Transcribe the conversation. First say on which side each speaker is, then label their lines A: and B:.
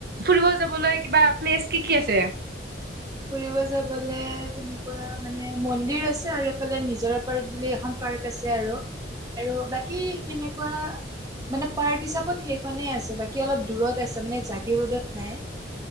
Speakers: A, on the right (about 55°); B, on the right (about 20°).
A: ফুৰিব যাবলৈ কিবা প্লেচ কি কি আছে?
B: ফুৰিব যাবলে কেনেকুৱা মানে মন্দিৰ আছে আৰু এইফালে নিজৰা পাৰ্ক বুলি এখন পাৰ্ক আছে আৰু, আৰু বাকী সেনেকুৱা মানে পাৰ্ক হিচাপত সেইখনেই আছে বাকী অলপ দূৰত আছে মানে জাগিৰোডত নাই।